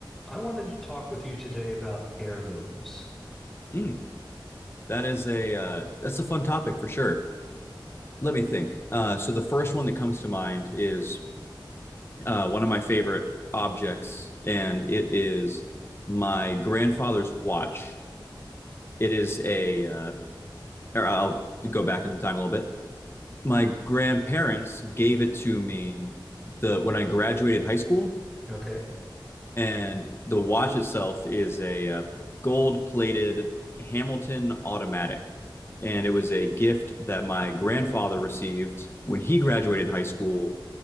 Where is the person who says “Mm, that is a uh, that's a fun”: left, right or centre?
Left